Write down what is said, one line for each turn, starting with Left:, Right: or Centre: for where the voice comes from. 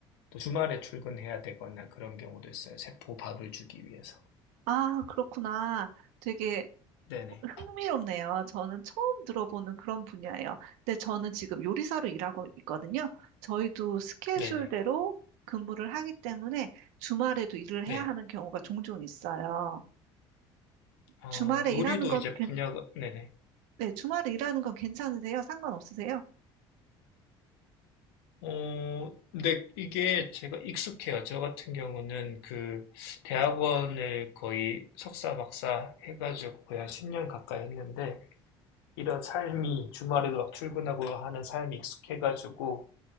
Left: 또 주말에 출근해야 되거나 그런 경우도 있어요. 세포 밥을 주기 위해서.
Right: 아, 그렇구나. 되게
Left: 네네.
Right: 흥미롭네요. 저는 처음 들어보는 그런 분야예요. 근데 저는 지금 요리사로 일하고 있거든요. 저희도 스케줄대로
Left: 네네.
Right: 근무를 하기 때문에 주말에도 일을 해야
Left: 네.
Right: 하는 경우가 종종 있어요.
Left: 어,
Right: 주말에
Left: 요리도
Right: 일하는 건
Left: 이제
Right: 괜-
Left: 분야가, 네네.
Right: 네, 주말에 일하는 건 괜찮으세요? 상관없으세요?
Left: 어, 근데 이게 제가 익숙해요. 저 같은 경우는 그 대학원을 거의 석사, 박사 해가지고 거의 한 10년 가까이 했는데 이런 삶이 주말에도 막 출근하고 하는 삶이 익숙해가지고